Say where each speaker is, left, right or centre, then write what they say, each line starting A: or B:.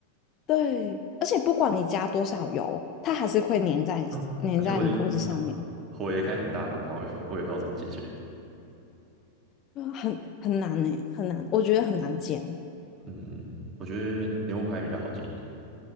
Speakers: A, on the left; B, on the right.
A: 对，而且不管你加多少油，它还是会粘在粘在你锅子上面，
B: 啊，而且我已经啊，火也开很大，然后我也我也不知道怎么解决。
A: 啊很很难呢、很难，我觉得很难煎
B: 嗯，我觉得牛排比较好煎一点，